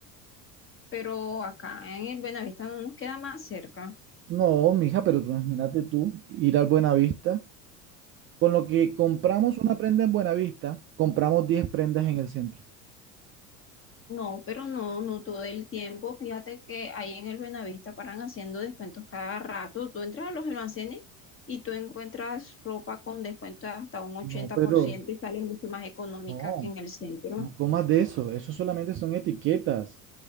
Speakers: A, on the left; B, on the right.
A: pero acá en el Buenavista no nos queda más cerca.
B: No, mija, pero tú imagínate tú ir al Buenavista. Con lo que compramos una prenda en Buenavista, compramos 10 prendas en el centro.
A: No, pero no, no todo el tiempo. Fíjate que ahí en el Buenavista paran haciendo descuentos cada rato. Tú entras a los almacenes y tú encuentras ropa con descuento hasta un 80%
B: No, pero
A: y sale mucho más económica
B: no,
A: que en el centro.
B: no comas de eso. Eso solamente son etiquetas.